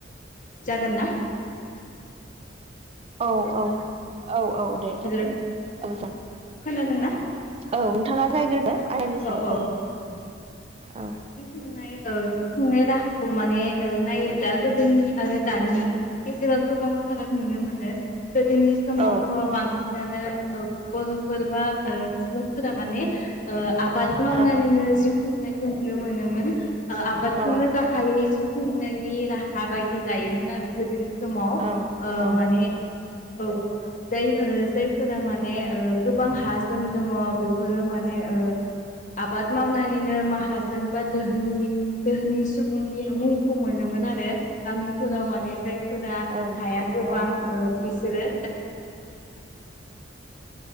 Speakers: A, on the left; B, on the right.
A: जागोन ना?
B: औ। औ औ औ दे‌
A: हेल'
B: सावरायगोन जागोन
A: खोनादोंना
B: औ। नोंथांङा जागायग्रोदो आयदानि सायाव
A: औ औ औ। जिउ
B: औ
A: खुंनाय ओ जिउ खुंनाय राहाखौ माने ओ नायोब्ला गोदोनि आरो दानि गेजेराव गोबां फाराग नुनो मोनो गोदोनि समावथ'
B: औ
A: बांसिनानो ओ बर' फोर बा ओ सुबुंफोरा माने ओ आबाद मावनानैनो
B: औ
A: जिउ खुंनाय नुनो मोनोमोन। आबादखौनो
B: औ
A: गाहायै जिउ खुंनायनि राहा बायदि लायोमोन आरो गोदोंनि सममाव ओ
B: औ औ
A: माने औ जाय जायफोरा माने ओ गोबां हाजोम दङ बेफोरो माने ओ आबाद मावनानैनो माहाजोन बा दोहोनि दोहोनि सुबुंनि मुंखौ मोनोमोन आरो गामिफोराव माने जाय फोरा
B: औ
A: हाया गोबां
B: औ
A: ओ बिसोरो